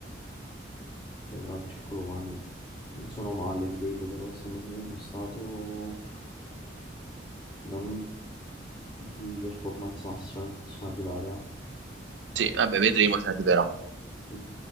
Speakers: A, on the left; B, on the right.
A: cioè Calcio e Colomani non sono male, ripeto, però stanno nel uno stato non di performance massima che possono arrivare.
B: Sì, vabbè, vedremo se arriverà.
A: eh. Sì.